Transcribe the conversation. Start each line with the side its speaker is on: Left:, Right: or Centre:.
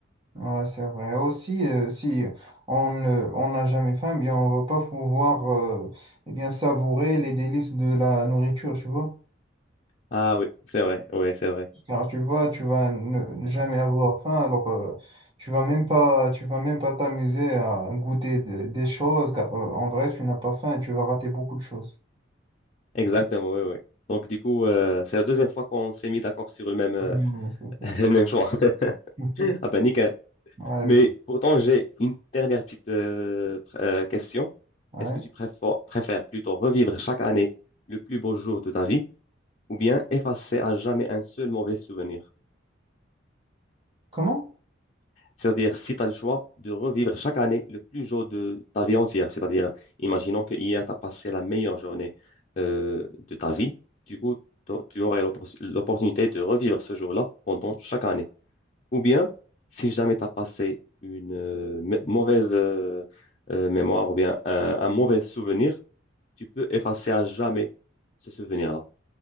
Right: Ouais, c'est vrai. Aussi, euh, si on ne- on n'a jamais faim, eh bien, on va pas pouvoir euh, eh bien, savourer les délices de la nourriture, tu vois.
Left: Ah oui, c'est vrai, oui, c'est vrai.
Right: Car tu vois, tu vas ne jamais avoir faim, alors euh, tu vas même pas, tu vas même pas t'amuser à goûter de- des choses, car euh, en vrai, tu n'as pas faim et tu vas rater beaucoup de choses.
Left: Exactement, oui, oui. Donc du coup, euh, c'est la deuxième fois qu'on s'est mis d'accord sur le même, euh,
Right: Hmm,
Left: <laughs>
Right: c'est ça.
Left: le même choix. <laughs>
Right: <laughs>
Left: Ah ben nickel.
Right: Ouais,
Left: Mais
Right: c'est-
Left: pourtant, j'ai une dernière petite euh, pr- euh, question.
Right: ouais.
Left: Est-ce que tu préfères, préfères plutôt revivre chaque année le plus beau jour de ta vie ou bien effacer à jamais un seul mauvais souvenir?
Right: Comment?
Left: C'est-à-dire, si tu as le choix de revivre chaque année le plus jour de ta vie entière, c'est-à-dire, imaginons que hier, tu as passé la meilleure journée euh, de ta vie, du coup, t'au- tu aurais l'oppor- l'opportunité de revivre ce jour-là pendant chaque année. Ou bien, si jamais tu as passé une euh, mé- mauvaise euh, euh, mémoire ou bien un, un mauvais souvenir, tu peux effacer à jamais ce souvenir-là.